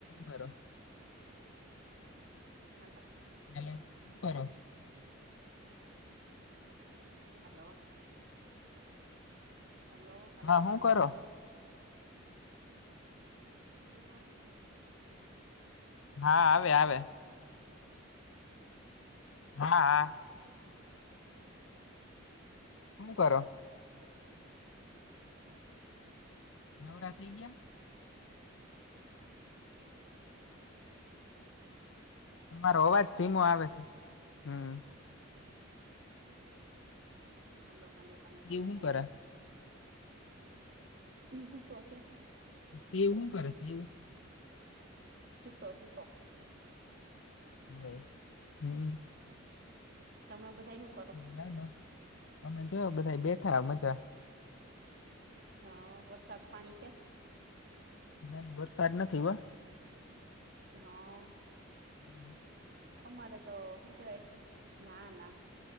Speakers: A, on the left; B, on the right.
A: હરો.
B: હા હા.
A: હલો શું કરો?
B: હલો. હલો હલો
A: હા હું
B: હલો હલો
A: કરો
B: આયો અવાજ?
A: હા આવે આવે.
B: <inaudible>
A: હા હા.
B: કોઈ પણ
A: હું કરો?
B: <unintelligible>
A: નવરાત્રી ક્યા? તમારો અવાજ ધીમો આવે છે હમ્મ.
B: <inaudible> હલ્લો હલો હલો
A: સેવ શું
B: હલો હલો.
A: કરે
B: ધીમો તો શે
A: દેવું હું કરશ દેવું
B: સુતો સુતો
A: હોવે હમ્મ.
B: તમે બધાએ હું
A: <unintelligible> અમે જોયા બધા બેઠા મજા
B: હા વરસાદ પાણી છે?
A: નહી વરસાદ નથી હો
B: હઓ
A: હમ્મ.
B: અમારે તો હું કેવાય ના ના